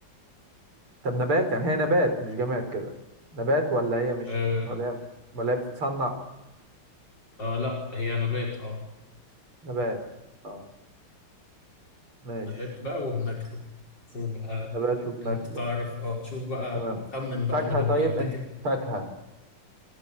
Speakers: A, on the right (about 80°); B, on the left (about 55°).
A: طب نبات يعني هي نبات مش جماد كده نبات ولا هي مش
B: اه
A: ولا هي ولا هي بتتصنع
B: آه، لا هي نبات اه
A: نبات اه ماشي
B: نبات بقى وبناكله شوف بقى
A: نبات وبناكله
B: انت تعرف اه شوف بقى
A: تمام
B: خمن بقى
A: فاكهة
B: نبات
A: طيب
B: بيتاكل
A: أنت فاكهة